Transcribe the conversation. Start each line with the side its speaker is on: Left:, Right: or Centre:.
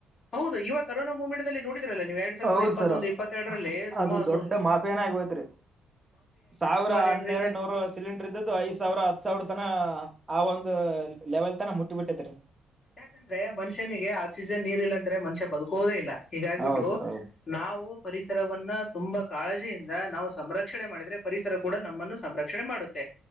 Left: ಹೌದು ಇವಾಗ ಕರೋನಾ ಮೂಮೆಂಟ್ಲ್ಲಿ ನೋಡಿದ್ರಲ್ಲ ನೀವು ಎರಡ್ ಸಾವಿರದ
Right: ಹೌದ್
Left: ಇಪ್ಪತ್ತೊಂದು
Right: ಸರ್
Left: ಇಪ್ಪತ್ತೆರಡರಲ್ಲಿ ತುಂಬಾ
Right: ಅದು
Left: ಸ
Right: ದೊಡ್ಡ
Left: ಸುಮ
Right: ಮಾಫಿಯಾನ ಆಗೋಯ್ತ್ರಿ ಸಾವಿರ
Left: ಜನರಿಗೆ
Right: ಹನ್ನೆರಡು ನೂರು ಸಿಲಿಂಡರ್ ಇದ್ದದ್ದು ಐದ್ ಸಾವಿರ ಹತ್ ಸಾವಿರ ತನ ಆ ಒಂದು ಲೆವೆಲ್ ತನ ಮುಟ್ಟಿ ಬಿಟ್ಟೈತಿರಿ
Left: ಯಾಕಂದ್ರೆ ಮನುಷ್ಯನಿಗೆ ಆಕ್ಸಿಜನ್ ನೀರ್ ಇಲ್ಲಾಂದ್ರ ಮನುಷ್ಯ ಬದುಕೋದೇ ಇಲ್ಲ ಹೀಗಾಗಿಬಿಟ್ಟು
Right: ಹೌದು ಸರ್ ಹೌದು
Left: ನಾವು ಪರಿಸರವನ್ನ ತುಂಬಾ ಕಾಳಜಿಯಿಂದ ನಾವು ಸಂರಕ್ಷಣೆ ಮಾಡಿದ್ರೆ ಪರಿಸರ ಕೂಡ ನಮ್ಮನ್ನು ಸಂರಕ್ಷಣೆ ಮಾಡುತ್ತೆ